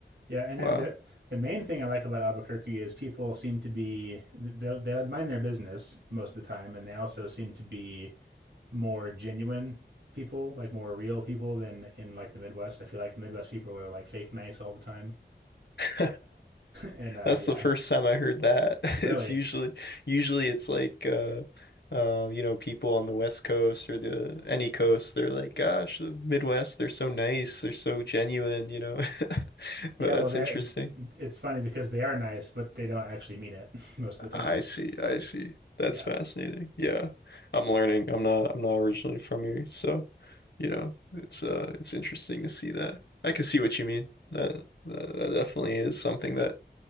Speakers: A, on the right; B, on the left.
A: Yeah, and
B: Wow.
A: then the the main thing I like about Albuquerque is people seem to be they they mind their business most of the time, and they also seem to be more genuine people, like more real people than in like the Midwest. I feel like the Midwest people are like fake nice all the time,
B: <laughs>
A: <laughs> and uh,
B: That's
A: yeah,
B: the first time I heard that. <laughs>
A: really,
B: It's usually usually it's like uh uh you know people on the West Coast or the any coast they're like gosh the Midwest they're so nice they're so genuine you know <laughs>
A: yeah.
B: but that's
A: Well, they
B: interesting.
A: it's funny because they are nice, but they don't actually mean it <laughs> most of the time.
B: I see I see that's
A: Yeah.
B: fascinating. Yeah, I'm learning. I'm not I'm not originally from here so you know it's uh it's interesting to see that. I can see what you mean. That that, that definitely is something that